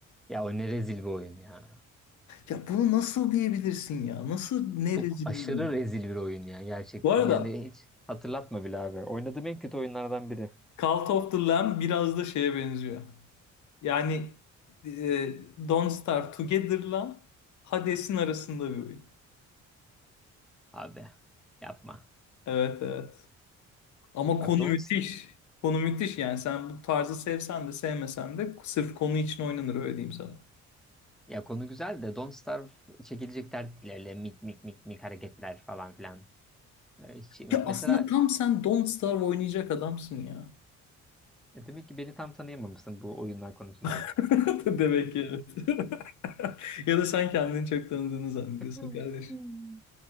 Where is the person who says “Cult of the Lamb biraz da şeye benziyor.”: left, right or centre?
Left